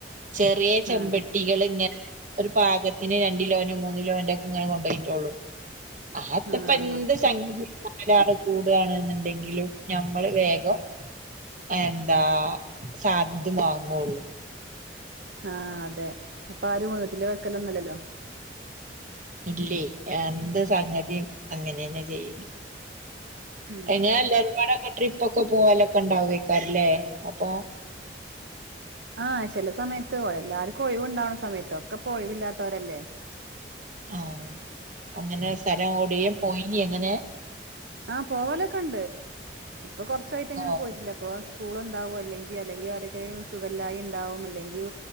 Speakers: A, on the right; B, on the right.
A: ചെറിയ ചെമ്പട്ടികളിങ്ങെ
B: ആഹ്
A: ഒരു പാകത്തിന് രണ്ട് കിലോനും മൂന്ന് കിലോൻ്റെക്കെങ്ങനെ കൊണ്ടോയിട്ടോളും ആത്പ്പെന്ത്
B: ആഹ്
A: <inaudible> കൂടാണ് ന്നുണ്ടെങ്കിലും ഞമ്മള് വേഗം എന്താ <unintelligible> വാങ്ങൊള്ളു
B: ആഹ് അതെ ഇപ്പൊ ആരും വീട്ടില് വെക്കലൊന്നും ഇല്ലല്ലോ
A: ഇല്ലേ എന്ത് സംഗതിയും അങ്ങനെ തന്നെയാ ചെയ്യണേ
B: ഉം
A: എങ്ങനാ എല്ലാം ഒരുപാടൊക്കെ ട്രിപ്പ് ഒക്കെ പോവാലൊക്കെ ഉണ്ടാവുക്കും അല്ലേ അപ്പൊ-
B: ആഹ് ചില സമയത്ത് എല്ലാവരുക്കും ഒഴിവുണ്ടാവണ സമയത്ത് ഒക്കെ ഇപ്പൊ ഒഴിവില്ലാത്തവരല്ലേ
A: ആഹ് അങ്ങനെ സ്ഥലം എവടേലും പോയി അങ്ങനെ-
B: ആഹ് പോവലൊക്കെ ഇണ്ട് ഇപ്പൊ കൊറച്ചായിട്ട് ഇങ്ങനെ
A: ഓ
B: പോയിട്ടില്ല ഇപ്പൊ- സ്കൂൾ ഉണ്ടാവും അല്ലെങ്കിൽ അല്ലെങ്കിൽ ആരക്കേലും സുഖല്ലായി ഉണ്ടാവും അല്ലെങ്കിൽ